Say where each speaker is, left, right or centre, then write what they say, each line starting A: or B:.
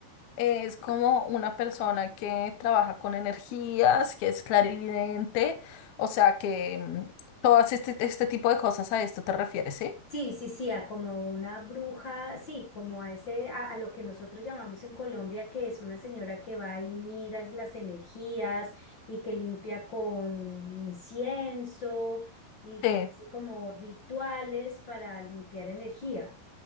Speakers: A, on the left; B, on the left.
A: es como una persona que trabaja con energías, que es clarividente, o sea, que mm, todas este, este tipo de cosas a esto te refieres, ¿sí?
B: Sí, sí, sí, a como una bruja, sí, como a ese, a, a lo que nosotros llamamos en Colombia, que es una señora que va y mira las energías y que limpia con incienso y
A: Sí,
B: que hace como rituales para limpiar energía.